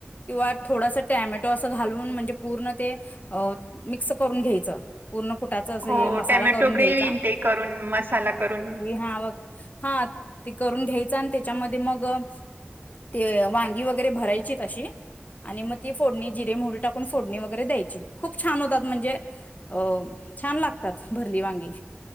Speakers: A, on the left; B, on the right.
A: किंवा थोडासा टॅमॅटो असं घालून म्हणजे पूर्ण ते, मिक्स करून घ्यायचं. पूर्ण कुटाचं असं
B: हो
A: हे मसाला
B: टॅमॅटो
A: करून घ्याय
B: ग्रेव्ही न ते करून मसाला करून
A: हा हा ते करून घ्यायचं आणि त्याच्यामध्ये मग ते वांगी वगैरे भरायची तशी आणि मग ती फोडणी जिरे मोहरी टाकून फोडणी वगैरे द्यायची. खूप छान होतात म्हणजे अ छान लागतात भरली वांगी